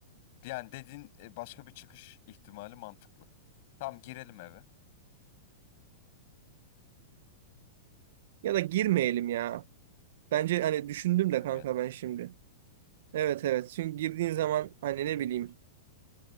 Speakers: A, on the left; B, on the right.
A: Yani dediğin e, başka bir çıkış ihtimali mantıklı. Tamam girelim eve.
B: Ya da girmeyelim ya. Bence hani düşündüm
A: Girmeyelim
B: de kanka
A: mi
B: ben şimdi.
A: diyor.
B: Evet evet. Çünkü girdiğin zaman hani ne bileyim